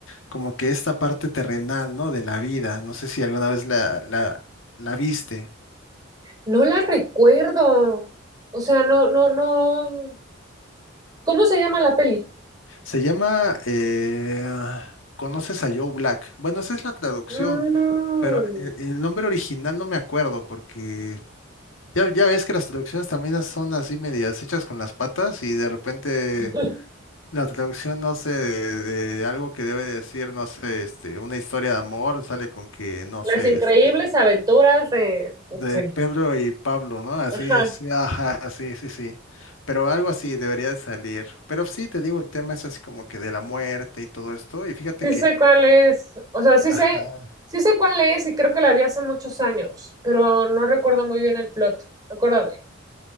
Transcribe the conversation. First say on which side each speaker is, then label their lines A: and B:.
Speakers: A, on the left; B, on the right.
A: como que esta parte terrenal, ¿no? De la vida, no sé si alguna vez la, la, la viste.
B: No la recuerdo. O sea, no, no, no. ¿Cómo se llama la peli?
A: Se llama, eh, ¿conoces a Joe Black? Bueno, esa es la traducción,
B: Mm,
A: pero e- el nombre original no me acuerdo porque ya, ya ves que las traducciones también son así medias hechas con las patas y de repente
B: <laughs>
A: la traducción, no sé, de, de algo que debe decir, no sé, este, una historia de amor, sale con que, no
B: Las
A: sé,
B: increíbles
A: este,
B: aventuras de...
A: de
B: sí.
A: Pedro y Pablo, ¿no? Así,
B: Ajá,
A: sí, ajá, sí, sí, sí. Pero algo así debería de salir. Pero sí, te digo, el tema es así como que de la muerte y todo esto. Y fíjate
B: sí
A: que,
B: sé cuál es, o sea, sí
A: ajá,
B: sé, sí sé cuál es y creo que la vi hace muchos años, pero no recuerdo muy bien el plot, acuérdame.